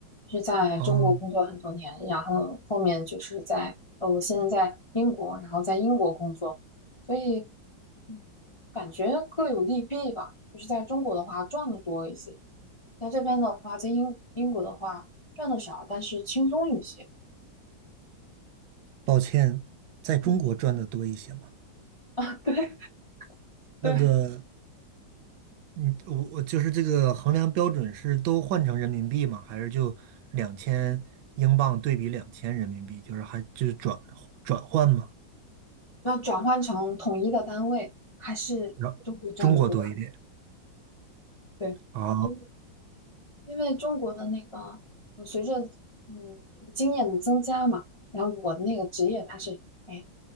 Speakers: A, on the left; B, on the right.
A: 是在中国工作很多年，
B: 哦，
A: 然后后面就是在呃，我现在在英国，然后在英国工作，所以嗯，感觉各有利弊吧。就是在中国的话赚的多一些，在这边的话，在英英国的话赚的少，但是轻松一些。
B: 抱歉，在中国赚的多一些嘛。
A: 嗯啊，<laughs> 对
B: 那个
A: 对，
B: 嗯，我我就是这个衡量标准是都换成人民币吗？还是就两千英镑对比两千人民币，就是还就是转转换吗？
A: 那转换成统一的单位，还是中国赚的多。
B: 然后中国多一点
A: 对，
B: 啊，
A: 因为。因为中国的那个，嗯，随着嗯经验的增加嘛，然后我的那个职业它是哎